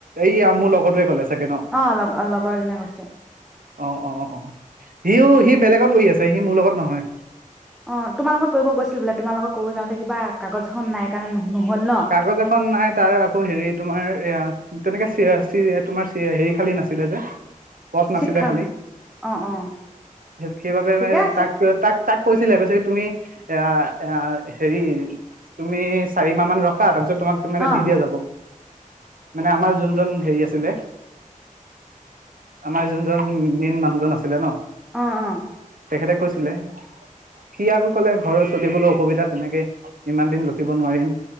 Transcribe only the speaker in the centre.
অ 'লগ লগৰজনে কৈছে।
অ তোমাৰলগত কৰিব গৈছিল বোলে তোমাৰলগত‌ কৰিব যাওঁতে কিবা কাগজ এখন নাই কাৰণে নহ'ল। ন
চিটখন
অ অ
ঠিকে
আছে
অ
অ -অ